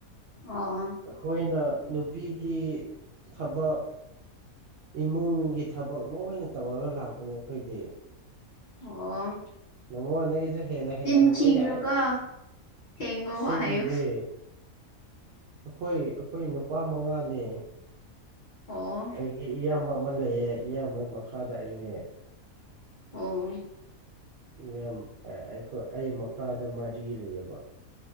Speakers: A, on the left; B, on the right.
A: ꯑꯣ
B: ꯑꯩꯈꯣꯏꯅ ꯅꯨꯄꯤꯒꯤ ꯊꯕꯛ ꯏꯃꯨꯡ ꯒꯤ ꯊꯕꯛ ꯂꯣꯏꯅ ꯇꯧꯔꯒ ꯂꯥꯛꯄꯅꯦ ꯑꯩꯈꯣꯏꯗꯤ
A: ꯑꯣ
B: ꯃꯉꯣꯟꯗꯒꯤꯁꯨ ꯍꯦꯟꯅ ꯍꯦꯜꯔ
A: ꯆꯤꯟ
B: ꯎꯕ
A: ꯊꯤꯒꯅꯨꯀꯣ
B: ꯌꯥꯏ
A: ꯁꯦꯡꯕ
B: ꯑꯁꯦꯡꯒꯤꯅꯦ
A: ꯋꯥ ꯍꯥꯏꯌꯨ
B: ꯑꯩꯈꯣꯏ ꯑꯩꯈꯣꯏ ꯅꯨꯄꯥ ꯃꯉꯥꯅꯦ
A: ꯑꯣ
B: ꯑꯩꯒꯤ ꯏꯌꯥꯝꯕ ꯑꯃ ꯂꯩꯌꯦ ꯏꯌꯥꯝꯕꯒꯤ ꯃꯈꯥꯗ ꯑꯩꯅꯦ
A: ꯑ
B: ꯌꯥꯝ ꯑꯩ ꯑꯩ ꯃꯈꯥꯗ ꯃꯔꯤ ꯂꯩꯌꯦꯕ